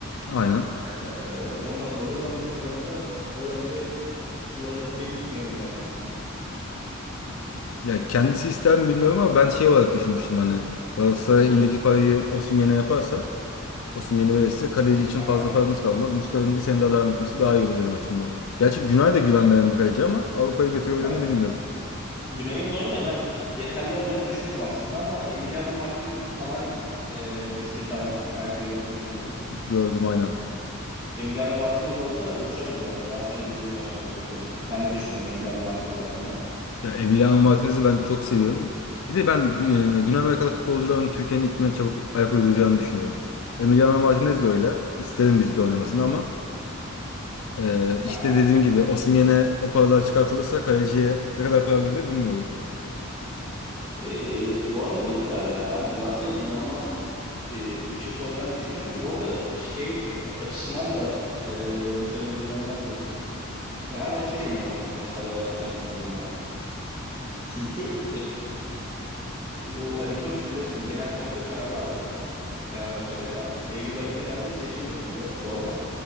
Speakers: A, on the left; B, on the right.
A: Aynen.
B: Ee, ondan dolayı ben Mustafa'nın da o yönde kullanılabileceğini düşünüyorum yani aslında.
A: Ya kendisi ister mi bilmiyorum ama ben şey olarak düşünmüştüm hani. Galatasaray elindeki parayı Osimhen'e yaparsa, Osimhen'e verirse kaleci için
B: Aha.
A: fazla paramız kalmaz. Mustafa'nın bir sene daha devam etmesi daha iyi olur benim açımdan. Gerçi Günay da güven
B: Ya,
A: veren bir kaleci ama Avrupa'ya götürebilir
B: ben-
A: mi bilmiyorum.
B: Günay'ın bu arada ben yeterli olacağını düşünüyorum aslında ama Emiliano Martinez falan e, düştü time'a. Belki görmüşsündür.
A: Gördüm aynen.
B: Emiliano Martinez olsa uçarız yani. Galatasaray yüzyılı başlar öyle söyleyeyim. Sen ne düşünüyorsun Emiliano Martinez hakkında?
A: Ya Emiliano Martinez'i ben çok seviyorum. Bir de ben Gü- e, Güney Amerikalı futbolcuların Türkiye'nin iklimine çabuk ayak uyduracağını düşünüyorum. Emiliano Martinez de öyle. İsterim bizi de oynamasını ama e, işte
B: Aha.
A: dediğim gibi Osimhen'e o paralar çıkartılırsa kaleciye ne kadar para verilir bilmiyorum.
B: E, bu arada verirler ya. Ben Galatasaray'ın inanılmaz bir, bir bütçesi olacağını düşünüyorum. Bu arada şey a- açısından da e, bu sezon inanılmaz geçecek. Fenerbahçe de inanılmaz transferler yapacağını düşünüyorum ben. Çünkü e, bu Ali Koç biliyorsun genel kongre kararı aldı. Fenerbahçe'de a, Eylül ayında herhalde bir seçim yapılacak. Doğru mu?